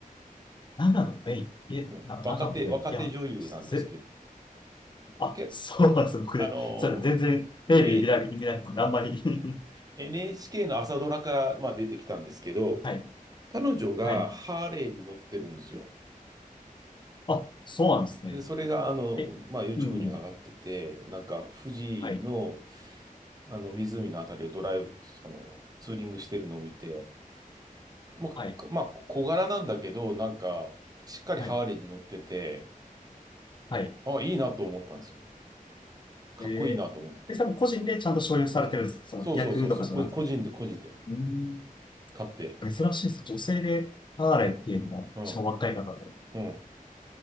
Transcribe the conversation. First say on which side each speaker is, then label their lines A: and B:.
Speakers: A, on the left (about 35°); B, on the right (about 25°).
A: 長野メイン。え、
B: うん若手、
A: な長野メイン。
B: 若手女優なんですけど、
A: いや、せ、あ、
B: け、
A: そうなんですよ、僕ね。
B: あの、
A: それ全然テレビ見ない、
B: n
A: 見ないので、あんまり <laughs>
B: NHK <laughs> の朝ドラから、まあ、出てきたんですけど、
A: はい、
B: 彼女がハーレーに乗ってるんですよ。
A: はい。あ、そうなんですね。
B: で、それが、あの、
A: え、
B: まあ、YouTube
A: うん。
B: に上がってて、なんか、富士の、
A: はい、
B: あの、湖のあたりをドライブ、その、ツーリングしてるのを見て、まあ、
A: はい、
B: かまあ、小柄なんだけど、なんか、しっかりハーレーに乗ってて、
A: はい、はい。
B: あ、いいなと思ったんですよね。かっこいいなと思って。
A: えー、え、多分個人でちゃんと所有されてるんです。その逆とかじゃなくて。
B: そうそうそうそう、こ個人で個人で
A: うん、
B: 買って。
A: 珍しいですね。女性でハーレーっていうのも、
B: うん、
A: しかも若い方で。
B: うん。